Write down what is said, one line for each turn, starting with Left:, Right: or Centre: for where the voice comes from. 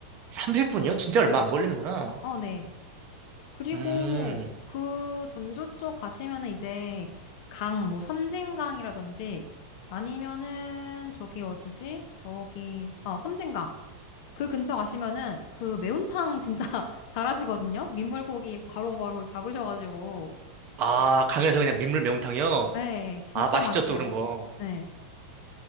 Right: 30분이요? 진짜 얼마
Left: 네.
Right: 안 걸리는구나.
Left: 어, 네. 그리고
Right: 음.
Left: 그 전주 쪽 가시면은 이제 강, 뭐 섬진강이라든지 아니면은 저기 어디지? 저기, 아, 섬진강. 그 근처 가시면은 그 매운탕 진짜 <laughs> 잘하시거든요? 민물고기 바로바로 잡으셔가지고.
Right: 아 강에서 그냥 민물 매운탕이요?
Left: 네, 진짜
Right: 아 맛있죠
Left: 맛있어요.
Right: 또 그런 거.
Left: 네.